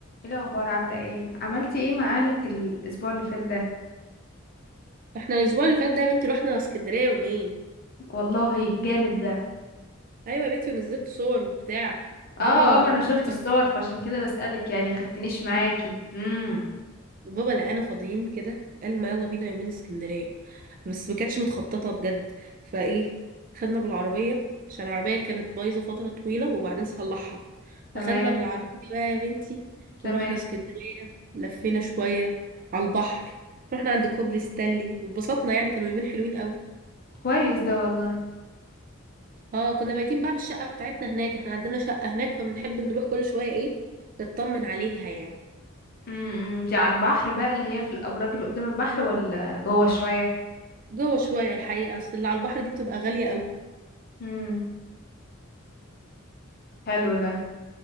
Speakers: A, on the left; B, on the right.
A: ايه الاخبار عامله ايه عملتي ايه مع اهلك الاسبوع اللي فات ده
B: احنا الاسبوع اللي فات ده يا بنتي رحنا اسكندريه يومين
A: والله جامد ده
B: ايوه يا بنتي ونزلت صور وبتاع بابا
A: اه اه ما انا اه شفت
B: لقانا
A: الصور فعشان كده بسألك يعني خدتنيش معاكي امم
B: بابا لقانا فاضيين كده قال ما يلا بينا يومين اسكندريه بس ما كانتش متخططه بجد فايه خدنا بالعربيه عشان العربيه كانت بايظه فتره طويله وبعدين صلحها
A: تمام
B: اخدنا بالعربيه بقى يا بنتي
A: تمام
B: ورحنا اسكندريه لفينا
A: مم.
B: شويه على البحر رحنا عند كوبري ستانلي واتبسطنا يعني كانوا يومين حلوين قوي
A: كويس ده والله
B: اه كنا بايتين بقى في الشقة بتاعتنا هناك احنا عندنا شقة هناك فبنحب نروح كل شوية ايه نطمن عليها يعني
A: امم دي على البحر بقى اللي هي في الابراج اللي قدام البحر ولا جوه شويه
B: جوه شوية الحقيقة اصل اللي على البحر دي بتبقى غالية قوي
A: امم حلو ده